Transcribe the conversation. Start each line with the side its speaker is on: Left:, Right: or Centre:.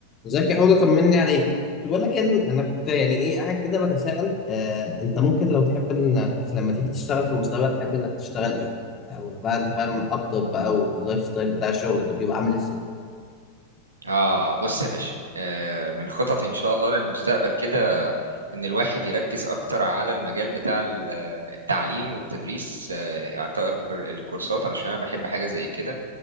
Left: ازيك يا حوضة طمني عليك كنت بقول لك ان انا كنت يعني ايه قاعد كده بتساءل آه انت ممكن لو تحب ان لما تيجي تشتغل في المستقبل تحب انك تشتغل ايه او بقى انت فاهم قبضك بقى واللايف ستايل بتاع الشغل تبقى يبقى عامل ازاي
Right: آه بص يا باشا آه من خططي إن شاء الله للمستقبل كده إن الواحد يركز أكتر على المجال بتاع ال- التعليم والتدريس آه إعطاء الكور- الكورسات علشان أنا بحب حاجة زي كده